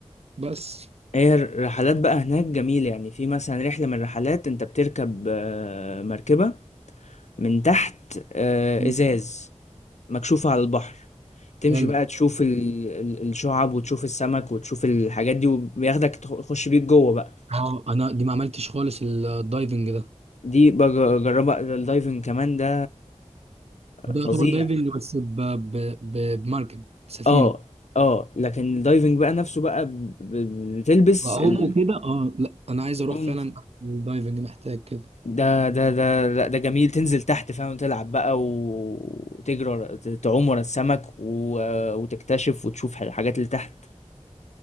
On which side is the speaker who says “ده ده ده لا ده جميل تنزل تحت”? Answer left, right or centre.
Left